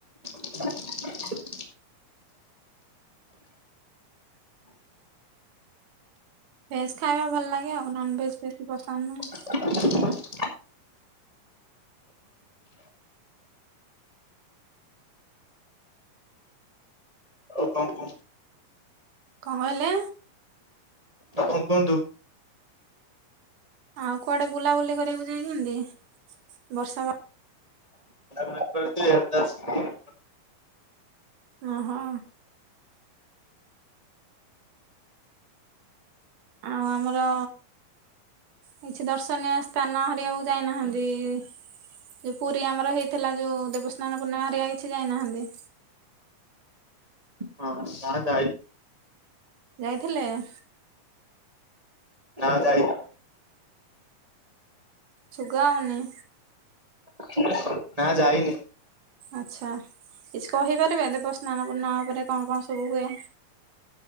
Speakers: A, on the right; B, on the right.
A: ହ <unintelligible>
B: ଭେଜ୍ ଖାଇବା ଭଲ ଲାଗେ ଆଉ। ନନ ଭେଜ୍ ବେଶୀ ପସନ୍ଦ ନୁହଁ।
A: <unintelligible> ଆଉ କଣ କୋ
B: କଣ ହେଲା?
A: କଣ କୁହନ୍ତୁ?
B: ଆଉ କୁଆଡେ ବୁଲାବୁଲି କରିବାକୁ ଯାଇଛନ୍ତି? ବର୍ଷା ପା
A: ପିଲା ମାନେ କୁଆଡେ ଯିବେ? <unintelligible>
B: ଓହୋ। ଆଉ ଆମର କିଛି ଦର୍ଶନୀୟ ସ୍ଥାନ ହେରିବାକୁ ଯାଇନାହାନ୍ତି ଇ? ଯୋଉ ପୁରୀ ଆମର ହେଇଥିଲା, ଯୋଉ ଦେବସ୍ନାନ ପୂର୍ଣ୍ଣିମା ହେରିକା କିଛି ଯାଇନାହାନ୍ତି?
A: ହଁ, ନାଁ ଯାଇ
B: ଯାଇଥିଲେ ଏ?
A: ନାଁ ଯାଇନି।
B: ସୁଗାଉନି।
A: <unintelligible> ନାଁ, ଯାଇନି।
B: ଆଛା, କିଛି କହିପାରିବେ, ଦେବ ସ୍ନାନ ପୂର୍ଣ୍ଣିମା ଉପରେ କଣ କଣ ସବୁ ହୁଏ?